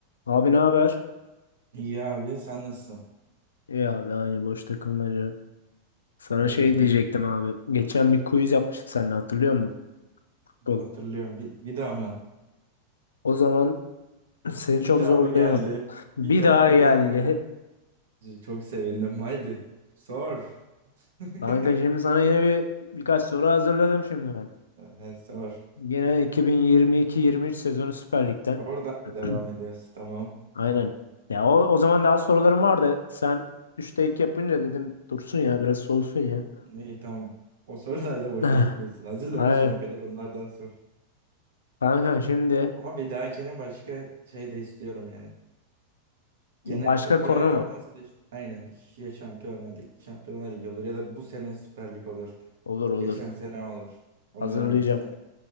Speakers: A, on the left; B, on the right.
A: Abi ne haber?
B: İyi abi sen nasılsın?
A: İyi abi aynı boş takılmaca. Sana
B: İyi.
A: şey diyecektim abi. Geçen bir quiz yapmıştık seninle hatırlıyor musun? Futbol.
B: Hatırlıyorum. Bir, bir daha mı?
A: O zaman <clears throat> <laughs> seni
B: Bir
A: çok
B: daha
A: zorlayamadım.
B: mı geldi?
A: Bir
B: Bir daha
A: daha
B: mı
A: geldi.
B: geldi? Çok sevindim. Haydi. Sor.
A: <laughs>
B: <laughs>
A: Kanka şimdi sana yine bir birkaç soru hazırladım şimdi ben.
B: He, sor.
A: Yine 2022-23 sezonu Süper Lig'den.
B: Oradan mı
A: <clears throat>
B: devam ediyoruz? Tamam.
A: Aynen. Ya o, o zaman daha sorularım vardı. Sen 3'te 2 yapınca dedim dursun ya biraz soğusun ya.
B: İyi tamam. O sorular da boşa
A: <laughs>
B: gitmesin. Hazırlamışsın
A: <sighs> Aynen.
B: o kadar onlardan sor.
A: Kanka şimdi
B: Ama bir dahakine başka şey de istiyorum yani. Genel
A: başka
B: çok
A: konu
B: genel
A: mu?
B: olmasa da işte aynen ya Şampiyonlar Ligi, Şampiyonlar Ligi olur ya da bu sene Süper Lig olur.
A: Olur olur.
B: Geçen sene olur. Ondan
A: Hazırlayacağım.
B: önceki sene